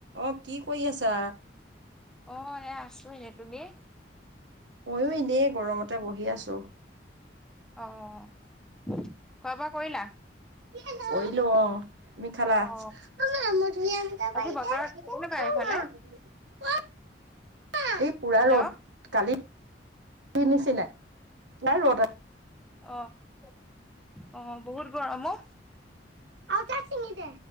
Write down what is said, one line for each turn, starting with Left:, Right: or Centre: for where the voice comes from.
Right: অ কি কৰি আছা?
Centre: অ এ আছো এ। তুমি?
Right: ময়ো এনেই গৰমতে বহি আছোঁ।
Centre: অ খোৱা বোৱা কৰিলা?
Right: কইলো অ। তুমি খালা?
Centre: অ
Right: মা মুধুৰিয়াম এটা
Centre: আজি বতৰ
Right: পাৰি
Centre: কেনেকুৱা এইফালে
Right: দে, অ মা মা, এই পুৰা
Centre: হেল্ল'
Right: ৰ'দ কালি নিচিনাই তাৰ ৰ'দ আ-
Centre: অহ অহ বহুত গৰম অ।
Right: আও এটা চিঙি দে,